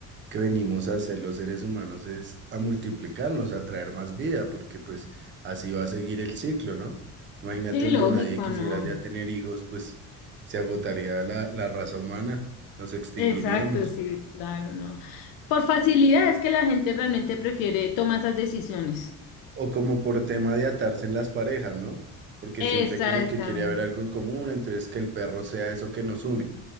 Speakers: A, on the right (about 35°); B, on the left (about 75°).
A: que venimos a hacer los seres humanos es a multiplicarnos, a traer más vida, porque pues así va a seguir el ciclo, ¿no? Imagínate
B: Sí,
A: donde
B: lógico,
A: nadie quisiera
B: no.
A: ya tener hijos, pues se agotaría la, la raza humana, nos extinguiríamos.
B: Exacto, sí, claro, no. Por facilidad es que la gente realmente prefiere tomar esas decisiones.
A: O como por tema de atarse en las parejas, ¿no? Porque
B: Exactamente.
A: siempre como que quiere haber algo en común, entonces que el perro sea eso que nos une.